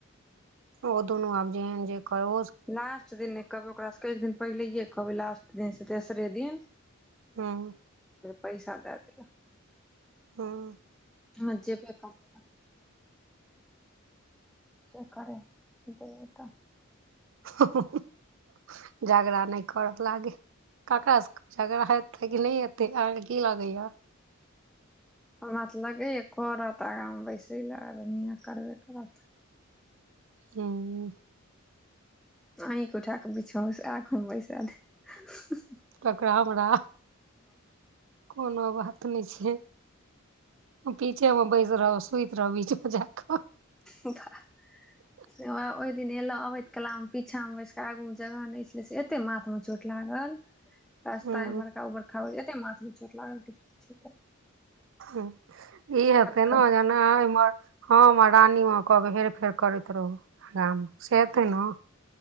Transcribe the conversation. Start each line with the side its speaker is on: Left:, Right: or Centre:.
Right: ओ दुोनू आब जेहन जे करे
Centre: लास्ट दिन नय कहबै ओकरा सभके एक दिन पहिलेए कहबै लास्ट दिनसँ तेसरे दिन
Right: हँ
Centre: पैसा दै लेल
Right: हँ
Centre: ह जेबै करते तऽ जे करे दुनूटा
Right: <unintelligible> झगड़ा नय करऽ लागे ककरा सब झगड़ा हेते कि नय एते अहाँ के की लगेया
Centre: हमरा तऽ लगैए करत आगाँमे बैसय लए रनिया करबे करत
Right: हूँ
Centre: अहिके उठा क बिछौ आख बैसा दे
Right: ककरा हमरा कोनो बात नइ छै पीचे मे बैस रहब सुईत रहब बीच मे जाक
Centre: बाह
Right: <inaudible>
Centre: से ओहि दिन एले अबैत कला मे पीछा मे बैसकऽ आगू मे जगह नय छलै से एते माथ मे चोट लागल रास्ता
Right: हूँ
Centre: इम्हरका बरा एते माथट लागल किछ पूछे
Right: ह ई हते
Centre: खट
Right: नै ओ जना इम्हर हँ रानीमे कहब हेर फेर करैत रहू अराम सेते न